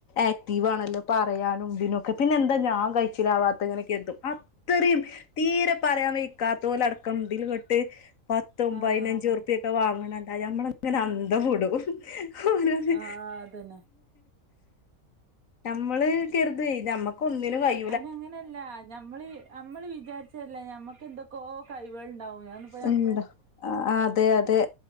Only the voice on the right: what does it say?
ആഹ്
ആഹ് അതന്നെ
അന് അങ്ങനെയല്ല മ്മള് നമ്മള് വിചാരിച്ചതല്ലേ ഞമ്മക്ക് എന്തൊക്കോ കൈവുകൾ ഉണ്ടാവും ഞ